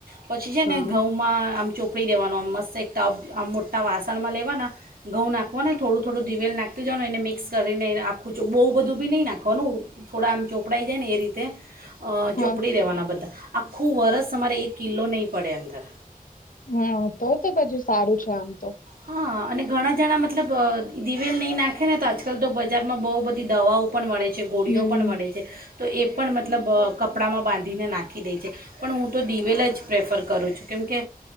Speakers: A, on the right; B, on the left.
A: પછી છે ને
B: હા
A: ઘઉંમાં આમ ચોપડી દેવાનો આમ મસ્ત એક ટપ આમ મોટા વાસણમાં લેવાના ઘઉં નાખવાનાને થોડું થોડું દિવેલ નાખતી જવાનું એને મિક્સ કરીનેખું છું બહુ બધું બી નહીં નાખવાનું થોડા આમ ચોપડાઈ જાય ને એ રીતે અ
B: હા
A: ચોપડી દેવાના બધા. આખું વરસ અમારે એક કિલ્લો નહીં પડે અંદર.
B: હા તો તો <inaudible> સારું છે આમ તો.
A: હા અને ઘણા જણા મતલબ દિવેલ નહી નાખે ને તો આજકાલ તો બજારમાં બહુ બધી દવાઓ પણ મળે છે ગોળીઓ
B: હમ
A: પણ મળે છે તો એ પણ મતલબ કપડામાં બાંધીને નાખી દે છે. પણ હું તો દિવેલા જ પ્રેફર કરું છું કેમ કે